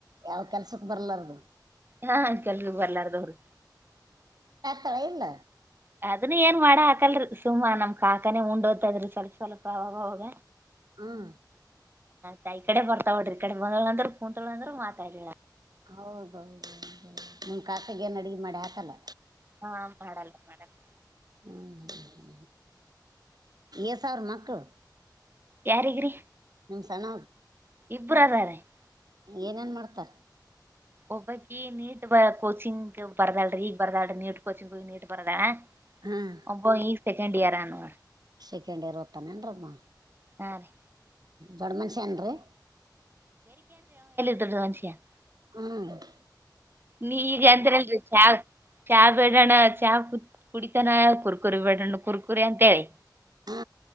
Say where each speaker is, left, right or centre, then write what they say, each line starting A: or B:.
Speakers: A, on the right (about 60°); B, on the right (about 30°).
A: ಯಾವ ಕೆಲ್ಸಕ್ ಬರ್ಲಾರದು
B: ಹಾ ಕೆಲ್ಗ ಎಲ್ಲರ್ದರು
A: ಕಳಲ್ಲ
B: ಅದನ್ ಏನ್ ಮಾಡ ಹಾಕಲ್ರಿ ಸುಮ್ಮಾ ನಮ್ ಕಾಕಾನೆ ಉಂಡ್ೋದ್ತದ್ರಿ ಸ್ವಲ್ಪ ಸ್ವಲ್ಪ ಅವಾಗವಾಗ
A: ಹ್ಮ
B: ದ ಈ ಕಡೆ ಬರ್ತಾವ ಬೋ್ರ ಈ ಕಡೆ ಬಂದಳ ಅಂದ್ರ ಕೂಂತತಳ ಅಂದ್ರು ಮಾತಾಡ
A: ಹೌದೌದು ನಿಮ ಕಾಟಗೇನ್ ಅಡಿಗೆ ಮಾಡಿ ಹಾಕಲ್ಲ
B: ಹಾ ಮಾಡಲ್ಲ ಮಾಡಲ್ಲ
A: ಹ್ಮ ಎಸ ಅವ್ರ ಮಕ್ಕು
B: ಯಾರಗ್ರಿ
A: ನಿಮ್ ಸಣ್ಣ
B: ಇಬ್ಬರು ಅದಾರೆ <unintelligible>
A: ಏನೇನ್ ಮಾಡ್ತಾರ
B: ಒಬ್ಬಕಿ ನೀಟ್ ಬ ಕೋಚಿಂಗ್ ಬರ್ದಾಳಿ ಈಗ ಬರ್ದಾಳಿ ನೀಟ್ ಕೋಚಿಂಗ್ ಹಿ ನೀಟ್ ಬರದಾಳ
A: ಹಾಂ
B: ಒಬ ಈ ಸೆಕೆಂಡ್ ಇಯರ್ ಆನುವ
A: ಸೆಕೆಂಡ್ ಇಯರ್ ಓದ್ತಾನೆ ಬ್ರಹ್ಮ
B: ಹಾ ರೀ
A: ದೊಡ್ಡ ಮನುಷ್ಯ ಏನ್ರೀ
B: ಸಾ <inaudible>
A: ಹಲ್ಲ <inaudible>
B: ನೀಗ ಅಂದ್ರಲ್ರಿ <unintelligible> ಚಾ ಬೇಡೋಣ್ಣ ಚಾ ಕುತ್ ಕುಡಿತಾನ ಕುರ್ಕುರಿ ಬೇಡಣ ಕುರ್ಕುರಿ ಅಂತ ಹೇಳಿ
A: ಹ್ಮ